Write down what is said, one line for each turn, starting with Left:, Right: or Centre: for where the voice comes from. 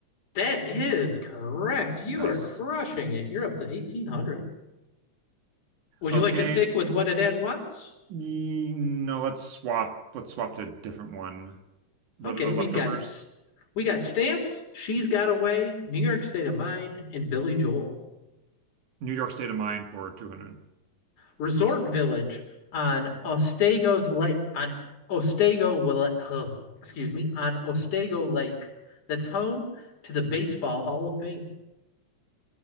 Left: That is correct. You
Right: Nice.
Left: are crushing it. You're up to 1800. Would
Right: Okay,
Left: you like to stick with what a dad wants?
Right: y- no, let's swap. Let's swap to a different one. What
Left: Okay,
Right: are the
Left: we've
Right: leftovers?
Left: got we got stamps, she's got away, New York State of Mind, and Billy Joel.
Right: New York State of Mind for 200.
Left: resort village on Ostego's Lake on Ostego Wille- huh, excuse me on Ostego Lake that's home to the Baseball Hall of Fame.